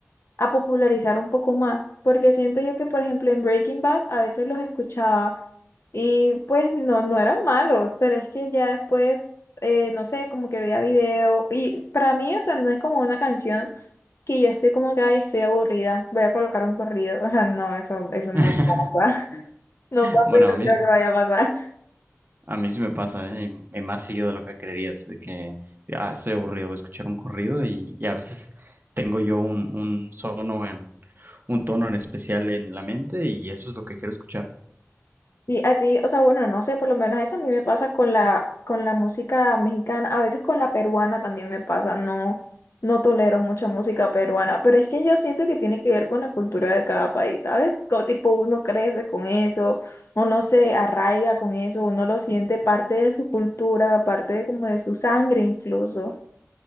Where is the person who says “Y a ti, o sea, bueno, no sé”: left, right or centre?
Left